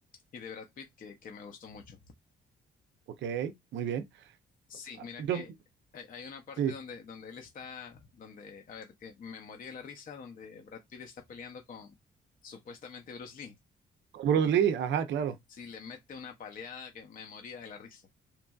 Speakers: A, on the left; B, on the right.
A: y de Brad Pitt que, que me gustó mucho.
B: ok, muy bien.
A: Sí,
B: Ah,
A: mira
B: Yo,
A: que hay, hay una parte
B: sí,
A: donde, donde él está, donde, a ver, que me morí de la risa, donde Brad Pitt está peleando con supuestamente Bruce Lee.
B: con Bruce Lee, ajá, claro,
A: Sí, le mete una paleada que me moría de la risa.